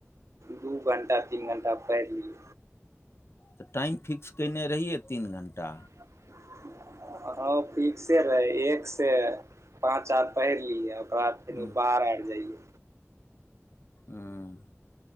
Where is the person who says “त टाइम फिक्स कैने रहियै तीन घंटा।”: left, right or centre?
Left